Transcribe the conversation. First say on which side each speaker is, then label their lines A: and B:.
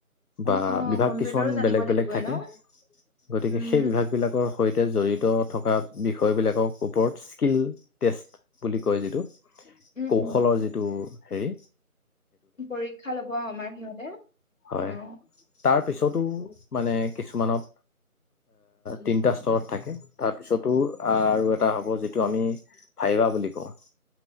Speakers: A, on the left; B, on the left.
A: বা
B: অ', অ',
A: বিভাগ
B: কম্পিউটাৰো
A: কিছুমান
B: জানিব
A: বেলেগ
B: লাগিবই
A: বেলেগ থাকে
B: ন?
A: গতিকে
B: উম,
A: সেই বিভাগ বিলাকৰ সৈতে তে জড়িত থকা বিষয়বিলাকৰ ওপৰত স্কীল টেষ্ট বুলি কয় যিটো
B: উম,
A: কৌশলৰ
B: উম।
A: যিটো। হেই
B: পৰীক্ষা ল'ব আমাৰ সিহঁতে ।অ
A: হয় তাৰ পিছতো মানে কিছুমানত তিনিটা স্তৰত থাকে তাত পিছতো আৰু এটা হ'ব যে- সেইটো আমি ভাইবা বুলি কওঁ।